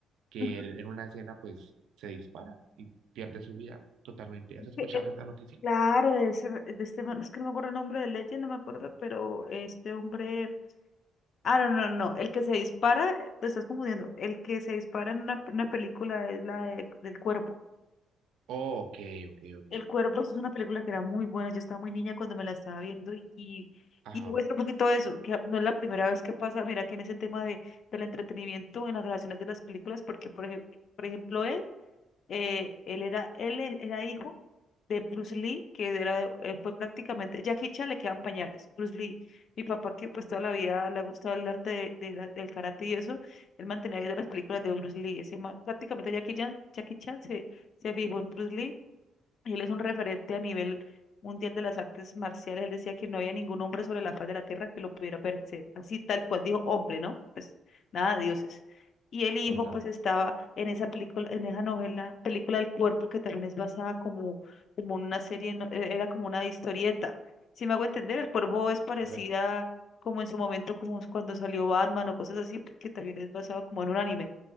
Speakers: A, on the right; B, on the left.
A: que
B: <laughs>
A: él en una escena pues se dispara y pierde su vida totalmente.
B: Es
A: ¿Has escuchado
B: que es-
A: esa noticia?
B: claro, de, ese, de este man, es que no me acuerdo el nombre de Legend, no me acuerdo, pero este hombre. Ah, no, no, no, el que se dispara, eh, te estás confundiendo. El que se dispara en una, una película es la de- del cuerpo.
A: Oh, ok, ok, ok,
B: El cuerpo
A: ok.
B: es una película que era muy buena, yo estaba muy niña cuando me la estaba viendo y, y,
A: Ajá,
B: y muestra un poquito de eso, que no es la primera vez que pasa, mira que en ese tema de, del entretenimiento, en las relaciones de las películas, porque por ejemplo, por ejemplo él. eh, él era, él e- era hijo de Bruce Lee, que era, eh, fue prácticamente, Jackie Chan le quedan pañales, Bruce Lee, mi papá que pues toda la vida le ha gustado el arte de, de la- del karate y eso, él mantenía viendo las películas de Bruce Lee, ese man- prácticamente Jackie Chan, Jackie Chan se, se fijó en Bruce Lee él es un referente a nivel mundial de las artes marciales. Él decía que no había ningún hombre sobre la faz de la tierra que lo pudiera vencer. Así tal cual dijo hombre, ¿no? Pues nada, dioses. Y el hijo
A: Total,
B: pues estaba en esa película, en esa novela, película del cuerpo que también es basada como, como una serie, no- eh, era como una historieta. Si me hago entender, el cuervo es parecida
A: correcto,
B: como en su momento, como es cuando salió Batman o cosas así, porque también es basado como en un anime.